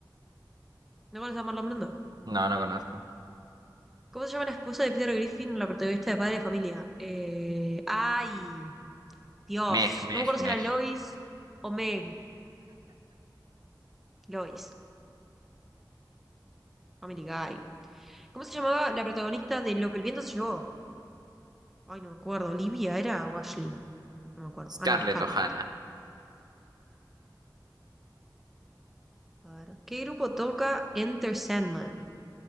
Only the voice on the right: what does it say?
No, no conozco.
Meg, Meg,
Meg.
Scarlett
O'Hara.